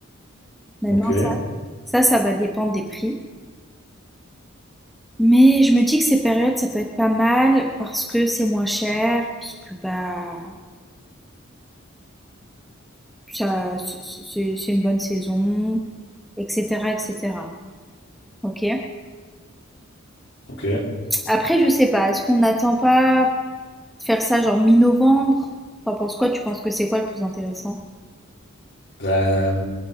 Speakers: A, in the centre; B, on the left.
A: Maintenant,
B: Ok,
A: ça, ça, ça va dépendre des prix. Mais je me dis que ces périodes, ça peut être pas mal parce que c'est moins cher, parce que bah ça c'est c'est- c'est une bonne saison, etc. etc. Ok?
B: ok.
A: Après, je sais pas, est-ce qu'on n'attend pas de faire ça genre mi-novembre? T'en penses quoi? Tu penses que c'est quoi le plus intéressant?
B: Bah,